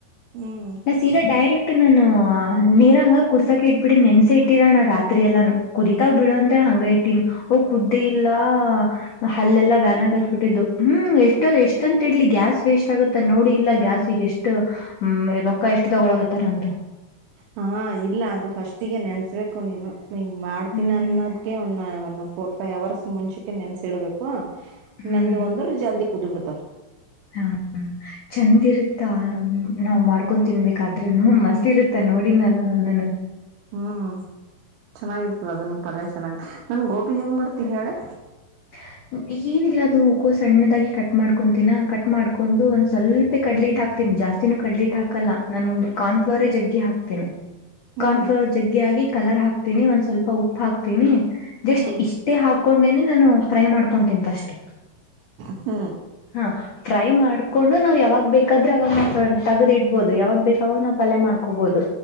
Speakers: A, on the right; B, on the left.
A: ಹ್ಮ್.
B: ಸೀದಾ ಡೈರೆಕ್ಟ್ ನಾನು ನೀರ ಹಂಗ ಕುರ್ಸಕ ಇಟ್ಬಿಡಿ ನೆನ್ಸಿ ಇಟ್ಟಿರ ನಾ ರಾತ್ರಿ ರಾತ್ರಿಯಲ್ಲನು ಕುದಿತಾವ್ ಬಿಡು ಅಂತ ಹಂಗ ಇಟ್ಟೀನಿ ಓ ಕುದ್ದೇ ಇಲ್ಲ ಹಲ್ಲೆಲ್ಲ ಬ್ಯನ್ಗತ್ ಬಿಟ್ಟಿದ್ದು ಹ್ಮ್ ಎಷ್ಟೊ ಎಷ್ಟಂತ ಇಡ್ಲಿ ಗ್ಯಾಸ್ ವೇಸ್ಟ್ ಆಗುತ್ತ ನೋಡಿ ಇಲ್ಲ ಗ್ಯಾಸ್ಗ ಎಷ್ಟು ಹ್ಮ ರೊಕ್ಕ ಎಷ್ಟು ತಗೊಳ ಆತ್ತಾರ ಅಂತ.
A: ಹಾ ಇಲ್ಲ ಅದು ಫಸ್ಟಿಗೆ ನೆನ್ಸ್ಬೇಕು ನೀನು ಮಾಡ್ತೀನಿ
B: ಹ್ಮ್
A: ಅನ್ನೋದಕ ಒಂದು ಒ ಫೋರ್ ಫೈವ್ ಅವರ್ಸ್ ಮುಂಚಕೆ ನೆನ್ಸಿಡ್ಬೇಕು
B: ಹ್ಮ್
A: ನೆಂದು ಒಂದ್ರ ಜಲ್ದಿ ಕುದ್ಬಿಡ್ತಾವ.
B: <unintelligible> ಹಾ ಚಂದಿರ ತಾವು ನಾವ್ ಮಾಡ್ಕೊಂಡ ತಿನ್ಬೇಕಾದ್ರೂನು ಮಸ್ತ್ ಇರುತ್ತ ನೋಡಿನಲ್ಲ ನಾನನು
A: ಹ್ಮ್ ಚೆನ್ನಾಗಿರ್ತದ ಅದನ್ನು ಪಲ್ಯ ಚೆನ್ನಾಗ್ ನನ್ ಗೋಬಿ ಹೆಂಗ್ ಮಾಡ್ತಿ ಹೇಳೆ.
B: <unintelligible> ಏನಿಲ್ಲ ಅದು ಉಕೋ ಸಣ್ಣದಾಗಿ ಕಟ್ ಮಾಡ್ಕೊತಿನಾ ಕಟ್ ಮಾಡ್ಕೊಂಡು ಒಂದ್ ಸ್ವಲ್ಪೇ ಕಡ್ಲಿ ಇಟ್ಟಟ್ ಹಾಕ್ತೀನಿ ಜಾಸ್ತಿ ಕಡ್ಲಿಟ್ಟ ಹಾಕಲ್ಲ ನನ್ ಕಾನ್ಫ್ಲೋರೇ ಜಗ್ಗಿ ಹಾಕ್ತೇನೆ.
A: ಹ್ಮ್
B: ಕಾರ್ನ್ಫ್ಲೋರ್ ಜಗ್ಗೆ ಆಗಿ ಕಲರ್ ಹಾಕ್ತೀನಿ ಒಂದ್ ಸ್ವಲ್ಪ ಉಪ್ಪು ಹಾಕ್ತೀನಿ <inaudible> ಜಸ್ಟ್
A: ಹ್ಮ್
B: ಇಷ್ಟ ಹಾಕೊಂಡೇನೆ ನಾನ ಫ್ರೈ ಮಾಡಕೊತೀನಿ ಫಸ್ಟ್.
A: ಹ್ಮ್
B: ಹಾ ಫ್ರೈ ಮಾಡ್ಕೊಂಡು ನಾವು ಯಾವಾಗ ಬೇಕಾದ್ರೆ ಅವಾಗ ನಾಫ್ರ್ ತಗ್ದ್ ಇಡ್ಬಹದು ಯಾವಾಗ ಬೇಕವಾಗ ನಾವು ಪಲ್ಯ ಮಾಡ್ಕೋಬಹುದು.